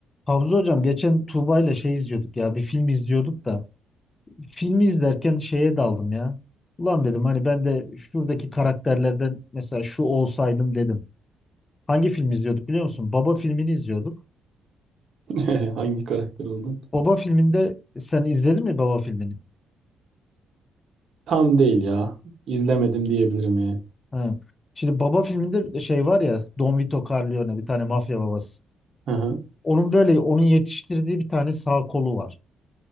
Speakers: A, on the left; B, on the right.
A: Havza hocam geçen Tuğba ile şey izliyorduk ya bir film izliyorduk da filmi izlerken şeye daldım ya. Ulan dedim hani ben de şuradaki karakterlerden mesela şu olsaydım dedim. Hangi film izliyorduk biliyor musun? Baba filmini izliyorduk.
B: <laughs> Hangi karakter oldun?
A: Baba filminde sen izledin mi Baba filmini?
B: Tam değil ya. İzlemedim diyebilirim yani.
A: Ha. Şimdi Baba filminde şey var ya Don Vito Corleone bir tane mafya babası.
B: Hı hı.
A: Onun böyle onun yetiştirdiği bir tane sağ kolu var.